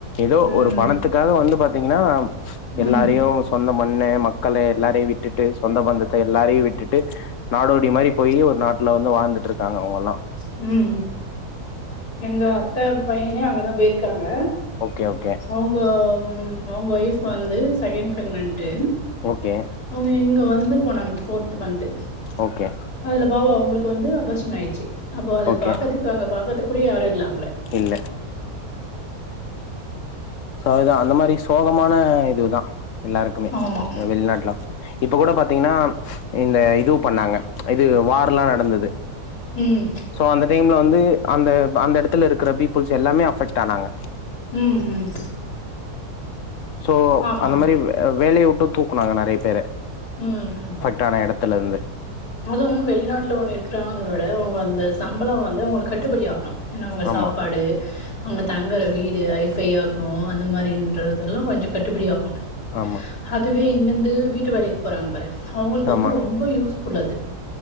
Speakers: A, on the left; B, on the left.
A: ஏதோ
B: ம்
A: ஒரு பணத்துக்காக வந்து பாத்தீங்கன்னா
B: ம்
A: எல்லாரையு சொந்த மண்ணு மக்களு எல்லாரையு விட்டுட்டு சொந்த பந்தத்த எல்லாரையு விட்டுட்டு நாடோடி மாரி போயி ஒரு நாட்ல வந்து வாழ்ந்துட்ருக்காங்க அவுங்கலா
B: ம் எங்க அத்த பையனே அங்கதா போயிருக்காங்க
A: ஓகே ஓகே
B: அவுங்க அவுங்க ஒய்ஃப் வந்து செகண்ட் ப்ரெக்னன்ட்டு
A: ஓகே
B: அவுங்க இங்க வந்து போனாங்க ஃபோர்த்து மந்த்து
A: ஓகே
B: அதுல பாவு அவுங்களுக்கு வந்து அபாஷன் ஆயிச்சு அப்போ அத
A: ஓகே
B: பாக்கதுக்கு அங்க பாக்கது கூட யாரு இல்லாம்ளே
A: இல்ல சோ அதுதா அந்த மாரி சோகமான இதுதா எல்லாருக்குமே
B: ஆமா
A: அ வெள்நாட்லா இப்ப கூட பாத்தீங்கன்னா இந்த இதுவு பண்ணாங்க இது வார்லா நடந்துது
B: ம்
A: சோ அந்த டைம்ல வந்து அந்த அந்த எடத்துல இருக்குற பீப்புள்ஸ் எல்லாமே அஃபெக்ட் ஆனாங்க
B: ம் ம்
A: சோ
B: ஆமா
A: அந்த
B: ஆமா
A: மாரி அ வேலைய உட்டு தூக்குனாங்க நறைய பேர
B: ம் ம்
A: டான எடத்துல இருந்து
B: அது வெளிநாட்ல ஒன்னு இருக்றாங்கன்ன விட அவுங்க அந்த சம்பளோ வந்து அவுங்களுக் கட்டுப்படி ஆவணு ஏனா அவுங்க
A: ஆமா
B: சாப்பாடு அங்க தங்கற வீடு ஐஃபை ஆக்ணு அந்த மாரின்றதெல்லா கொஞ்சோ கட்டுபுடி ஆகணு
A: ஆமா
B: அதுவே இங்கிருந்து வீட்டு வேலைக்கு போறாங்க பாரு அவுங்களுக்கு
A: ஆமா
B: வந்து ரொம்ப யூஸ்புல் அது